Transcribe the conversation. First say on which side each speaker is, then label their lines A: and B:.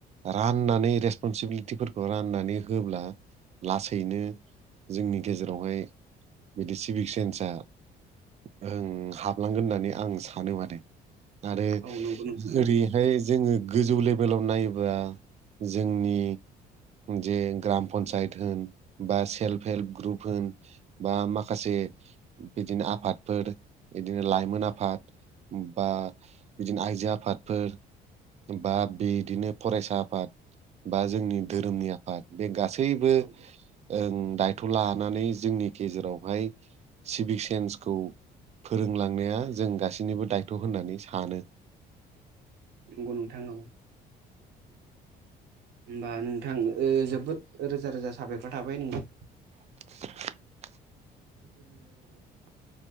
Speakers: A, on the right; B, on the right.
A: राननानै रेसपनसिबिलिटिफोरखौ राननानै होब्ला लासैनो जोंनि गेजेरावहाय बिदि सिभिक सेन्सा ओ हाबलांगोन होननानै आं सानो मादे आरो
B: औ नंगौ नोंथां नंगौ
A: ओरैहाय जोङो गोजौ लेभेलाव नायोब्ला जोंनि जे ग्राम पन्सायत होन बा सेल्फ हेल्प ग्रुप होन बा माखासे बिदिनो आफादफोर बिदिनो लाइमोन आफाद बा बिदिनो आइजो आफादफोर बा बिदिनो फरायसा आफाद बा जोंनि
B: औ
A: धोरोमनि आफाद बे गासैबो
B: औ
A: ओं दायथ' लानानै जोंनि गेजेरावहाय सिभिक सेन्सखौ फोरोंलांनाया जों गासैनिबो दायथ' होननानै सानो
B: नंगौ नोंथां औ होमबा नोंथां ओ जोबोद रोजा रोजा साबायखर थाबाय नों
A: <inaudible>
B: <inaudible>